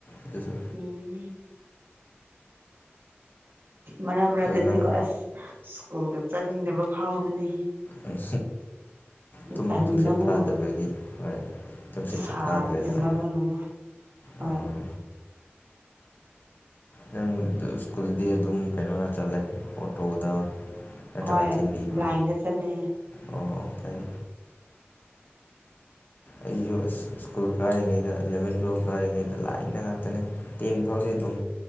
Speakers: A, on the left (about 50°); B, on the right (about 60°).
A: ꯑꯗꯨꯁꯨ
B: ꯎꯝ ꯃꯔꯛ ꯃꯔꯛꯇꯗꯤꯀꯣ
A: ꯑꯗꯨ ꯅꯪ
B: ꯑꯁ ꯁ꯭ꯀꯨꯜꯒ ꯆꯠꯅꯤꯡꯗꯕ ꯐꯥꯎꯕꯅꯤꯍꯦ
A: ꯎꯝ ꯇꯨꯝ
B: ꯇꯟꯕꯒꯣ
A: ꯇꯨꯝꯁꯤꯠ ꯐꯗꯕꯒꯤ ꯍꯣꯏ ꯇꯨꯝꯁꯤꯠꯁꯨ
B: ꯁꯥꯕꯅ
A: ꯐꯥꯗ꯭ꯔꯦꯗꯅ
B: ꯃꯔꯣꯟ ꯑꯃ ꯍꯣꯏ
A: ꯑꯥ, ꯅꯪ ꯁ꯭ꯀꯨꯜꯗꯤ ꯑꯗꯨꯝ ꯀꯩꯅꯣꯗ ꯆꯠꯂꯦ ꯑꯣꯇꯣꯗ ꯅꯠꯇ꯭ꯔꯒ
B: ꯍꯣꯏ
A: ꯊꯤꯟꯕꯤꯕ꯭ꯔꯣ
B: ꯂꯥꯏꯟꯗ ꯆꯠꯂꯦ
A: ꯑꯣ ꯑꯣ ꯐꯩꯌꯦ ꯑꯩꯁꯨ ꯑꯁ ꯁ꯭ꯀꯨꯜ ꯀꯥꯔꯤꯉꯩꯗ ꯏꯂꯚꯦꯟ ꯇꯨꯌꯦꯞ ꯀꯥꯔꯤꯉꯩꯗ ꯂꯥꯏꯟꯗ ꯉꯥꯛꯇꯅꯤ ꯇꯦꯟ ꯐꯥꯎꯗꯤ ꯑꯗꯨꯝ